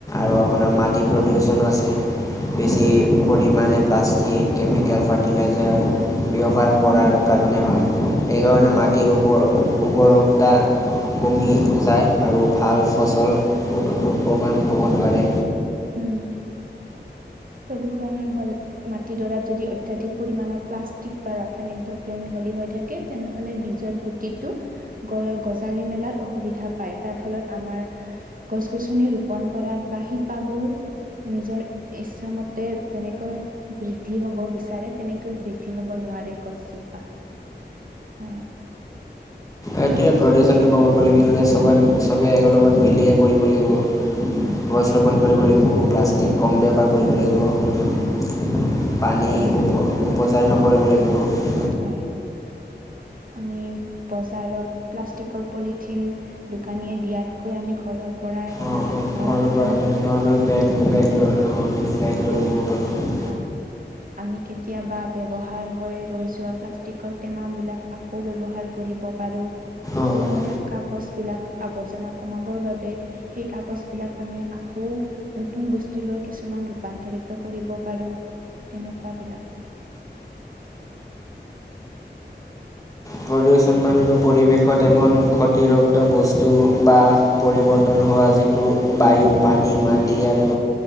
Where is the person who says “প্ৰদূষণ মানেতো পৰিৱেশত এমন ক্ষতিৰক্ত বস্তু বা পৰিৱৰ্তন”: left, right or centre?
Left